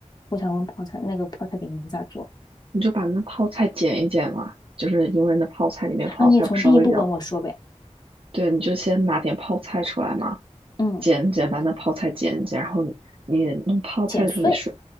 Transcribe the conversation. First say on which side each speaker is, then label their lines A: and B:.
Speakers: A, on the left; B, on the right.
A: 我想问泡菜那个泡菜饼咋做
B: 你就把那泡菜剪一剪嘛，就是因为那泡菜里面泡菜不稍微比较，
A: 啊？你从第一步跟我说呗。
B: 对，你就先拿点泡菜出来嘛。
A: 嗯，
B: 剪剪，把那泡菜剪一剪，然后你你弄泡菜的时候，
A: 剪碎，
B: 你是